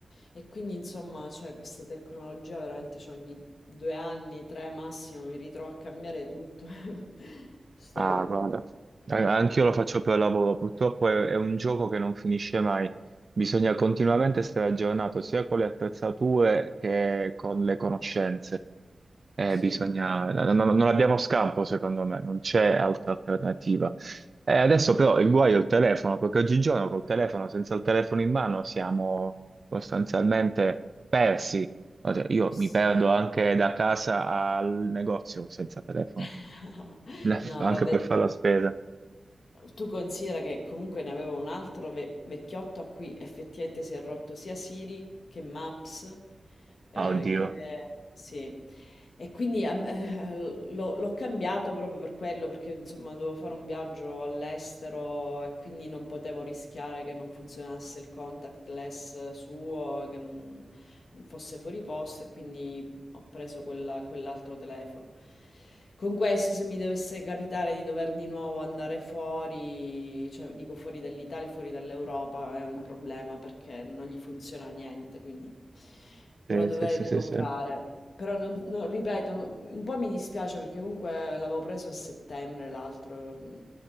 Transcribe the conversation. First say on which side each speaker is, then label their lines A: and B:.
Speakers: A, on the left; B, on the right.
A: E quindi, insomma, cioè, questa tecnologia veramente cioè, ogni due anni, tre massimo, mi ritrovo a cambiare tutto. <laughs> Sto...
B: Ah, guarda. An- Anch'io
A: cioè,
B: lo faccio per lavoro, purtroppo è, è un gioco che non finisce mai, bisogna continuamente stare aggiornato sia con le attrezzature che con le conoscenze. Eh,
A: Sì,
B: bisogna- non, non- non abbiamo scampo, secondo me, non c'è altra alternativa. Eh, adesso però il guaio è il telefono, perché oggigiorno col telefono, senza il telefono in mano, siamo sostanzialmente persi. Cioè, io
A: sì.
B: mi perdo anche da casa al negozio senza telefono.
A: <laughs>
B: Le- Anche
A: No, vabbè.
B: per fare la spesa.
A: Tu considera che comunque ne avevo un altro ve- vecchiotto a cui effettivamente si è rotto sia Siri che Maps, eh,
B: Ah, oddio.
A: che sì. E quindi ehm, eh, l'ho l'ho cambiato proprio per quello, perché insomma dovevo fare un viaggio all'estero e quindi non potevo rischiare che non funzionasse il contactless suo, che non fosse fuori posto e quindi ho preso quella- quell'altro telefono. Con questo, se mi dovesse capitare di dover di nuovo andare fuori, cioè dico fuori dall'Italia, fuori dall'Europa, è un problema perché non gli funziona niente, quindi me
B: Sì,
A: lo dovrei
B: sì, sì,
A: ricomprare.
B: sì, sì.
A: Però, non, non- ripeto, non- un po' mi dispiace perché comunque l'avevo preso a settembre l'altro, mm,